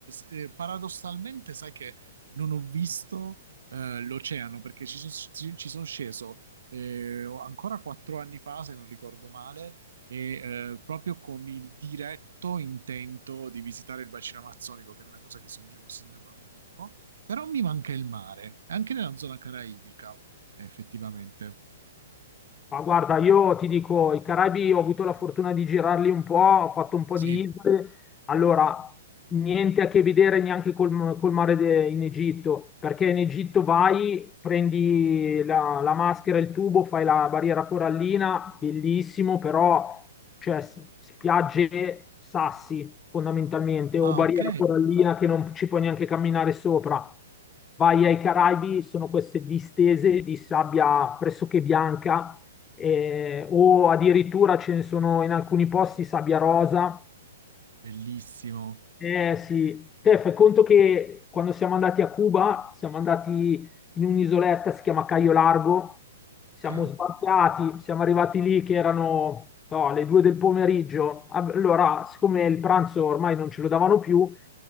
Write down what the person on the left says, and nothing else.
Ma guarda, io ti dico, i Caraibi ho avuto la fortuna di girarli un po', ho fatto un po'
di isole. Allora, niente a che vedere neanche col, col mare de- in Egitto, perché in Egitto vai, prendi la, la maschera, il tubo, fai la barriera corallina, bellissimo, però cioè, s- spiagge, sassi fondamentalmente, o
barriera
corallina che non ci puoi neanche camminare sopra. Vai ai Caraibi, sono queste distese di sabbia pressoché bianca eh, o addirittura ce ne sono in alcuni posti sabbia rosa.
Eh sì, te fai conto che quando siamo andati a Cuba, siamo andati in un'isoletta, si chiama Cayo Largo, siamo
sbarcati, siamo arrivati lì che erano no, le due del pomeriggio. Ah, Allora, siccome il pranzo ormai non ce lo davano più,